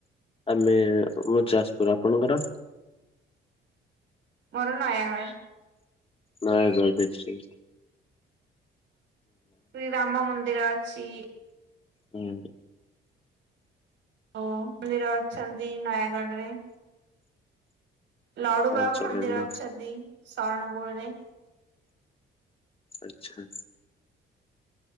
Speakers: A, on the left (about 30°); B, on the right (about 75°).
A: ଆମେ ମୋ ଯାଜପୁର, ଆପଣଙ୍କର?
B: ମୋର ନୟାଗାଡ଼।
A: ନୟାଗଡ଼ ଡିଷ୍ଟିକ୍।
B: ଶ୍ରୀରାମ ମନ୍ଦିର ଅଛି।
A: <inaudible>
B: ଓ ମନ୍ଦିର ଅଛନ୍ତି ନୟାଗଡ଼ ରେ। ଲଡ଼ୁ
A: ହଁ
B: ବାବା
A: ଜଗନ୍ନାଥ
B: ମନ୍ଦିର ଅଛନ୍ତି ଶରଣପୁର୍ ରେ।
A: ଆଚ୍ଛା